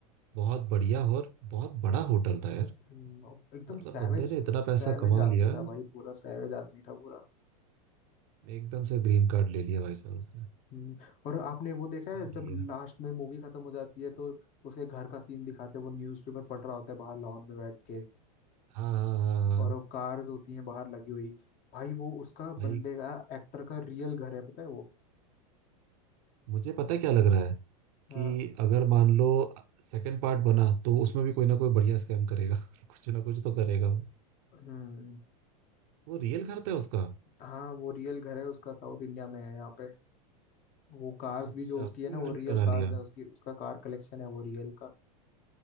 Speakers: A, on the right; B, on the left.
A: बहुत बढ़िया और बहुत बड़ा होटल था यार
B: हम्म, एकदम
A: मतलब
B: सैवेज
A: बंदे ने इतना पैसा
B: सैवेज
A: कमा
B: आदमी
A: लिया
B: था भाई पूरा सैवेज आदमी था पूरा
A: एकदम से ग्रीन कार्ड ले लिया भाई साहब उसने
B: हम्म, और आपने वो देखा है
A: बढ़िया
B: जब लास्ट में मूवी खत्म हो जाती है तो उसके घर का सीन दिखाते हैं वो न्यूज़पेपर पढ़ रहा होता है बाहर लॉन में बैठ के
A: हाँ हाँ हाँ हाँ हाँ।
B: और वो कार्स होती हैं बाहर लगी हुई भाई वो उसका
A: भाई
B: बंदे का एक्टर का रियल घर है पता है वो
A: मुझे पता है क्या लग रहा है
B: हाँ
A: कि अगर मान लो सेकंड पार्ट बना तो उसमें भी कोई ना कोई बढ़िया स्कैम करेगा <laughs> कुछ ना कुछ तो करेगा वो
B: हम्म
A: वो रियल घर था उसका
B: हाँ वो रियल घर है उसका साउथ इंडिया में है यहाँ पे वो कार्स
A: अच्छा
B: भी जो उसकी
A: अपने
B: है ना वो
A: घर में
B: रियल
A: बना
B: कार्स
A: लिया
B: है उसकी उसका कार कलेक्शन है वो रियल का